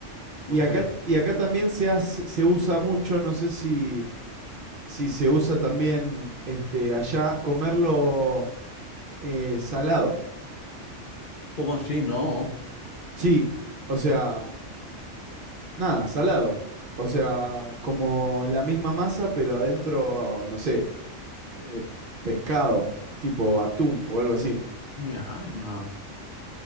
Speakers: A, on the right; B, on the left.
A: Y
B: ok.
A: acá, y acá también se hace- se usa mucho, no sé si, si se usa también este, allá, comerlo eh, salado.
B: ¿Cómo así? No.
A: Sí, o sea, nada, salado. O sea, como la misma masa, pero adentro, no sé, eh, pescado, tipo atún o algo así.
B: Mi alma.